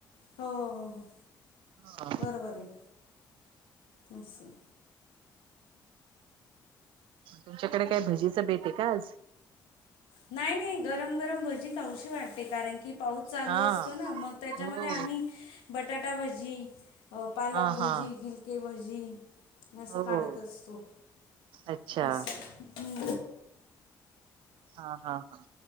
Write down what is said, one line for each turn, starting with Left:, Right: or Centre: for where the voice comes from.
Left: हो हो हो,
Right: हा
Left: बरोबर आहे असं.
Right: तुमच्याकडे काय भजीचं भेट आहे का आज.
Left: नाही मी गरम गरम भजी खाऊशी वाट ''--'' ते कारण की पाऊस चालू
Right: हा
Left: असतो ना मग त्याच्यामध्ये
Right: हो
Left: आम्ही बटाटा भजी. अ पालक
Right: हा
Left: भजी
Right: हा
Left: गिलके भजी. असं
Right: हो
Left: काढत असतो
Right: अच्छा
Left: अस हम,
Right: हा हा हा,